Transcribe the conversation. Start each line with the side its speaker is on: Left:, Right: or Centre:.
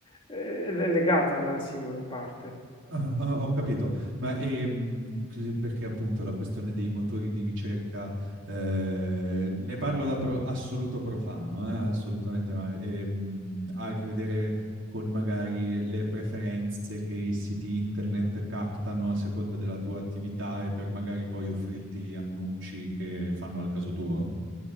Left: è legata alla SEO in parte.
Right: <laughs> Ah, ah, ho capito, ma ehm, così- perché appunto la questione dei motori di ricerca, eh, ne parlo da pro- assoluto profano, eh, assolutamente, ma ehm, ha a che vedere con magari le preferenze che i siti internet captano a seconda della tua attività e per magari poi offrirti annunci che fanno al caso tuo?